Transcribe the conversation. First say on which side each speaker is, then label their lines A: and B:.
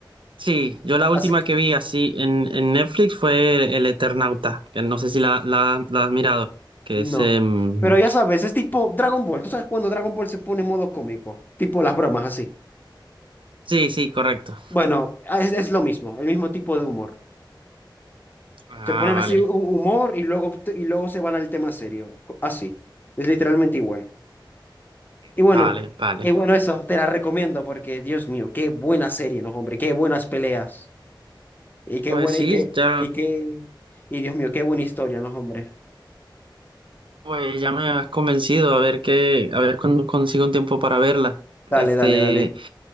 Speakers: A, on the right (about 80°); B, on the left (about 25°).
A: Sí, yo la última
B: Así que,
A: que vi así en, en Netflix fue El Eternauta, que no sé si la, la, la has mirado, que
B: no.
A: es... em,
B: Pero ya sabes, es tipo Dragon Ball. ¿Tú sabes cuando Dragon Ball se pone en modo cómico? Tipo las bromas así.
A: sí, sí, correcto.
B: Bueno, es, es lo mismo, el mismo tipo de humor.
A: Ah,
B: Se ponen
A: vale,
B: así hu- humor y luego, y luego se van al tema serio. Así. Es literalmente igual. Y
A: vale,
B: bueno,
A: vale.
B: y bueno, eso te la recomiendo porque, Dios mío, qué buena serie, ¿no, hombre? Qué buenas peleas. Y qué
A: Pues
B: buena,
A: sí,
B: y qué,
A: ya,
B: y qué, y Dios mío, qué buena historia, ¿no, hombre?
A: pues ya me has convencido a ver qué, a ver cuándo consigo un tiempo para verla.
B: Dale,
A: Este,
B: dale, dale.